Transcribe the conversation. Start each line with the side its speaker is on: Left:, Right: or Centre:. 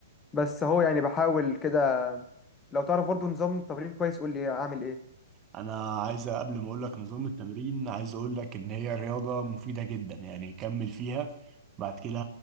Left: بس هو يعني بحاول كده لو تعرف برضو نظام تمرين كويس قول لي اعمل ايه
Right: انا عايز قبل ما اقول لك نظام التمرين عايز اقول لك ان هي رياضة مفيدة جدا يعني كمل فيها بعد كده